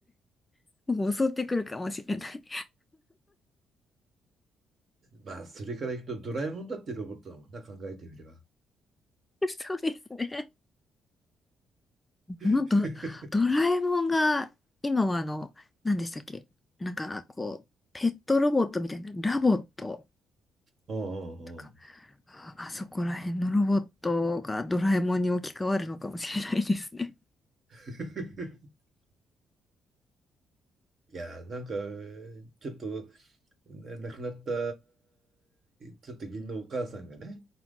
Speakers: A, on the left; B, on the right.
A: もう襲ってくるかもしれない。
B: まあそれからいくとドラえもんだってロボットだもんな考えてみれば。
A: <laughs> そうですね。あのド、
B: <laughs>
A: ドラえもんが、今はあの、何でしたっけなんか、こう、ペットロボットみたいな、ラボット
B: うんうんうん。
A: とか、あ、あそこら辺のロボットがドラえもんに置き換わるのかもしれないですね。
B: <laughs> いやーなんかちょっと亡くなったちょっと義理のお母さんがね、